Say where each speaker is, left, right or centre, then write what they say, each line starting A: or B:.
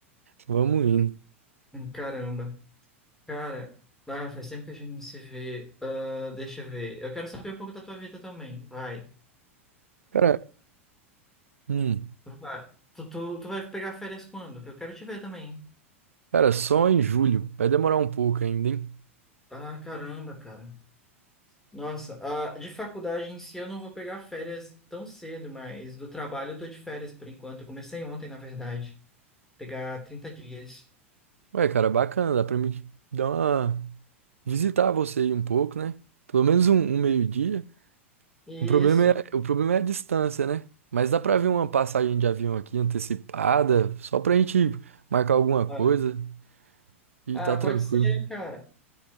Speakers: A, on the right; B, in the centre.
A: Vamos indo.
B: hum, caramba. Cara, ah, faz tempo que a gente não se vê. Ah, deixa eu ver. Eu quero saber um pouco da tua vida também, vai.
A: Cara, hum,
B: Vai. Tu, tu, tu vai pegar férias quando? Que eu quero te ver também.
A: cara, só em julho, vai demorar um pouco ainda, hein?
B: Ah, caramba, cara. Nossa, ah, de faculdade em si eu não vou pegar férias tão cedo, mas do trabalho eu tô de férias por enquanto. Eu comecei ontem, na verdade. Pegar 30 dias.
A: Ué, cara, bacana, dá pra mim dar uma... visitar você aí um pouco, né? Pelo menos um, um meio-dia.
B: Isso.
A: O problema é, o problema é a distância, né? Mas dá pra ver uma passagem de avião aqui antecipada, só pra gente marcar alguma
B: vai.
A: coisa e
B: Ah,
A: tá tranquilo.
B: pode ser, cara.